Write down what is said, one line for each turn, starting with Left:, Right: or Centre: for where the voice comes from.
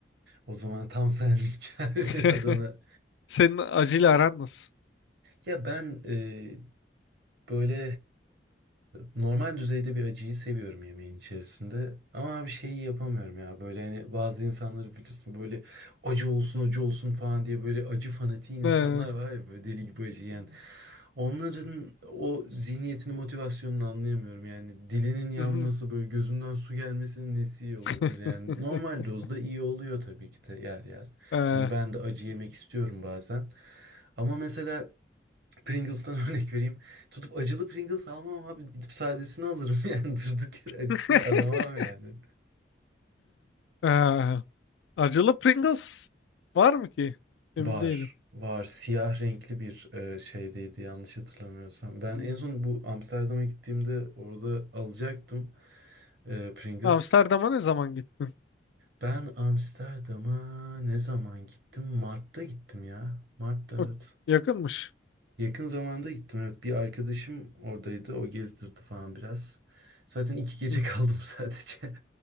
Right: O zaman tam senlik
Left: <laughs>
Right: <laughs> Adana.
Left: Senin acıyla aran nasıl?
Right: Ya ben e, Böyle e, normal düzeyde bir acıyı seviyorum yemeğin içerisinde. Ama bir şeyi yapamıyorum ya. Böyle hani bazı insanları bilirsin böyle acı olsun acı olsun falan diye böyle acı fanatiği <laughs> insanlar
Left: Eee,
Right: var ya böyle deli gibi acı yiyen. Onların o zihniyetini, motivasyonunu anlayamıyorum. Yani dilinin yanması,
Left: mhm.
Right: böyle gözünden su gelmesinin nesi iyi olabilir?
Left: <laughs>
Right: Yani normal dozda iyi oluyor tabii ki de yer yer.
Left: Eee,
Right: Hani ben de acı yemek istiyorum bazen. Ama mesela Pringles'tan <laughs> örnek vereyim. Tutup acılı Pringles almam abi. Gidip sadesini alırım <laughs> yani. Durduk yere acısını
Left: <laughs>
Right: aramam yani.
Left: eee, acılı Pringles var mı ki? Emin
Right: Var.
Left: değilim.
Right: Var. Siyah renkli bir e, şeydeydi yanlış hatırlamıyorsam. Ben
Left: Hmm.
Right: en son bu Amsterdam'a gittiğimde orada alacaktım e, Pringles.
Left: Amsterdam'a ne zaman gittin?
Right: Ben Amsterdam'a ne zaman gittim? Mart'ta gittim ya. Mart'ta evet.
Left: O yakınmış.
Right: Yakın zamanda gittim evet. Bir arkadaşım oradaydı. O gezdirdi falan biraz. Zaten iki gece
Left: Mhm,
Right: <laughs> kaldım sadece.